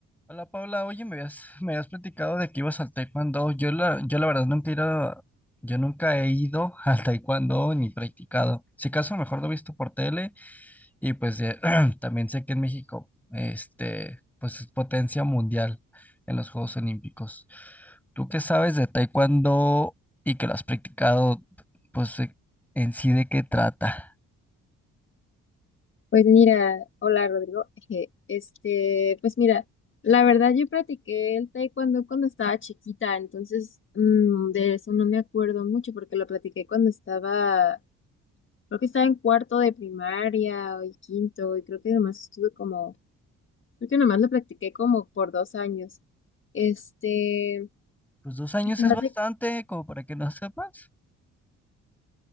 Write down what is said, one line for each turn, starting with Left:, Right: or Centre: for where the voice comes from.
Centre: Hola Paula, oye, me habías, me habías platicado de que ibas al taekwondo. Yo la, yo la verdad nunca he ido, yo nunca he ido <laughs> al taekwondo ni practicado. Si acaso a lo mejor lo he visto por tele y pues eh, <clears throat> también sé que en México, este, pues es potencia mundial en los Juegos Olímpicos. ¿Tú qué sabes de taekwondo y que lo has practicado? Pues eh, en sí de qué trata.
Left: Pues mira, hola Rodrigo. Eje, Este, pues mira, la verdad yo practiqué el taekwondo cuando estaba chiquita, entonces mm, de eso no me acuerdo mucho porque lo practiqué cuando estaba, creo que estaba en cuarto de primaria o y quinto, y creo que nomás estuve como, creo que nomás lo practiqué como por dos años. Este,
Centre: Pues dos años
Left: y pues,
Centre: es
Left: hace-
Centre: bastante, como para que no sepas.